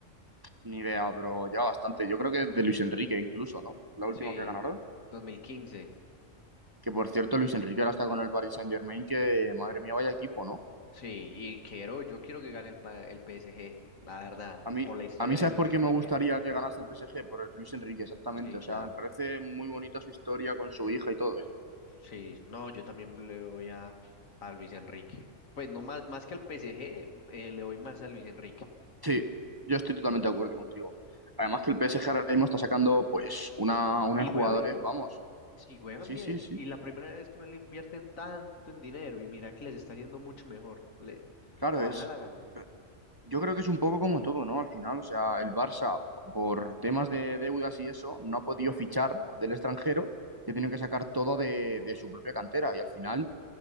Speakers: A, on the right; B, on the left.
A: Ni idea, pero ya bastante. Yo creo que de Luis Enrique incluso, ¿no? La última
B: Sí,
A: que ganaron.
B: Dos mil quince.
A: Que por cierto, Luis Enrique ahora está con el Paris Saint-Germain, que madre mía, vaya equipo, ¿no?
B: Sí, y quiero, yo quiero que gane el, pa- el PSG, la verdad,
A: A mí,
B: por la historia
A: a mí,
B: de
A: ¿sabes
B: Luis
A: por
B: Enrique.
A: qué me gustaría que ganase el PSG? Por el Luis Enrique, exactamente.
B: Sí,
A: O
B: claro.
A: sea, me parece muy bonita su historia con su hija y todo eso.
B: Sí, no, yo también le voy a, a Luis Enrique. Pues no más, más que al PSG, eh, le doy más a Luis Enrique.
A: Sí, yo estoy totalmente de acuerdo contigo. Además que el PSG ahora mismo está sacando, pues, una, una
B: Y
A: de jugadores,
B: juega bien,
A: vamos.
B: sí, juegan
A: Sí,
B: bien.
A: sí, sí.
B: Y la primera vez que no le invierten tanto en dinero y mira que les está yendo mucho mejor. Le,
A: Claro
B: ojalá
A: es.
B: la ganen.
A: Yo creo que es un poco como todo, ¿no? Al final, o sea, el Barça, por temas de deudas y eso, no ha podido fichar del extranjero y ha tenido que sacar todo de, de su propia cantera. Y al final,